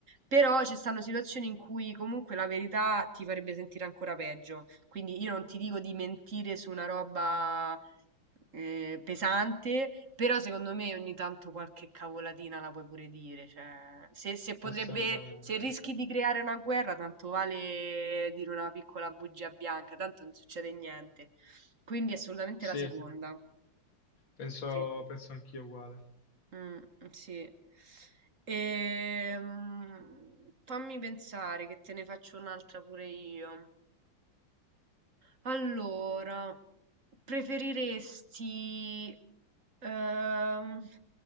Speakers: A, on the right; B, on the left.
A: però ci stanno situazioni in cui comunque la verità ti farebbe sentire ancora peggio. Quindi io non ti dico di mentire su una roba eh, pesante, però secondo me ogni tanto qualche cavolatina la puoi pure dire. Cioè, se, se potrebbe,
B: Assolutamente.
A: se rischi di creare una guerra, tanto vale dire una piccola bugia bianca, tanto non succede niente. Quindi assolutamente
B: Sì,
A: la seconda.
B: penso,
A: Sì.
B: penso anch'io uguale.
A: Mm, sì. Ehm, fammi pensare che te ne faccio un'altra pure io. Allora, preferiresti... ehm,